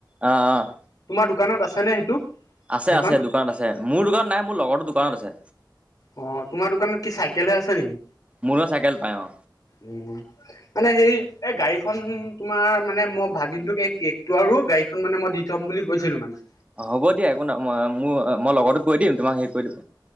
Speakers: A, on the right; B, on the left.
A: অ', অ'।
B: তোমাৰ দোকানত আছেনে সেইটো।
A: আছে
B: সেইখন
A: আছে দোকানত আছে মোৰ দোকানত নাই মোৰ লগৰ তোৰ দোকানত আছে
B: অ তোমাৰ দোকানত কি চাইকেল হে আছে নেকি
A: মোৰ লগত চাইকেল পায় অ
B: উ মানে সেই এই গাড়ীখন তোমাৰ মানে মই ভাগিনটোক এই কেকটো আৰু গাড়ীখন মানে মই দি থম বুলি গৈছিলো মানে
A: অ হ'ব দিয়া একো নাই মোৰ মই লগৰো কৈ দিম তোমাক সেই কৰি দিব